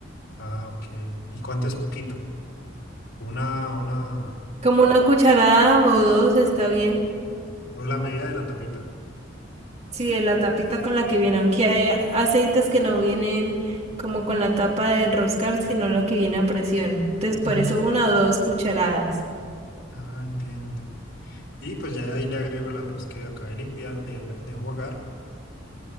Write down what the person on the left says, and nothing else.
Ah, ok. ¿Y cuánto es poquito? Una, una.
O la medida de la tapita.
Ujú.
Ah, entiendo. Y pues ya de ahí le agrego el arroz que acabé de limpiar, de, la- de jugar.